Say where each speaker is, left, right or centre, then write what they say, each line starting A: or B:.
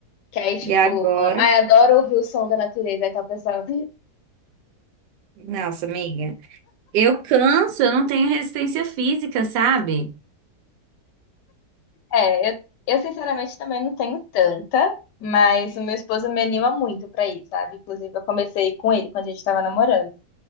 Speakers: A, on the left; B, on the right.
A: Que aí, tipo,
B: e agora.
A: ai, adoro ouvir o som da natureza. Aí tal pessoa.
B: Nossa, amiga. Eu canso, eu não tenho resistência física, sabe?
A: É, eu, eu sinceramente também não tenho tanta, mas o meu esposo me anima muito pra ir, sabe? Inclusive, eu comecei com ele quando a gente tava namorando.